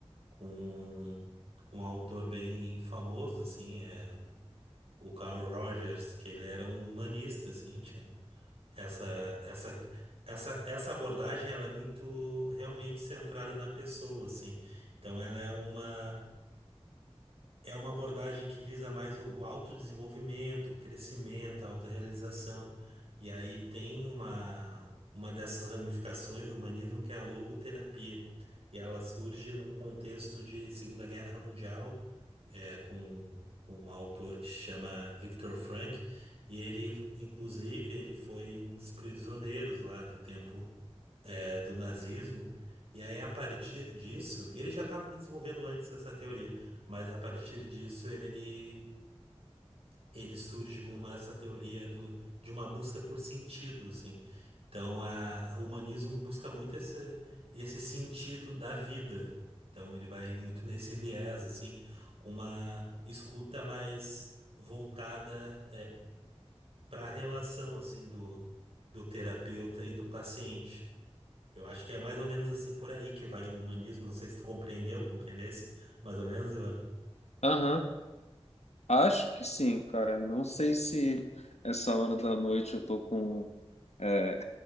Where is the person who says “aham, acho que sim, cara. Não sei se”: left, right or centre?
Left